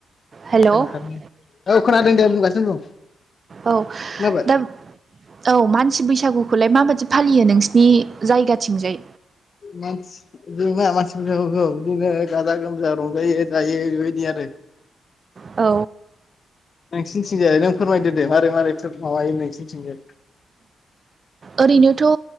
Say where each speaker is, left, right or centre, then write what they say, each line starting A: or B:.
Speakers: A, on the right; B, on the left.
A: हेल' औ
B: खोनाखार औ खोनादों दे बुंगासिनो बुं
A: औ
B: खोनाबाय
A: दा औ मानसि बैसागु खौलाय माबायदि फालियो नोंसिनि जायगाथिंजाय
B: मानसि जोंना मानसि बैसागुखौ बिदिनो गाजा गोमजा रंजायो जायो बेबायदि आरो
A: औ
B: <unintelligible> जाया नों फोरमायदो दे मारै मारै माबायो नोंसिनिथिंजाय
A: ओरैनो थ'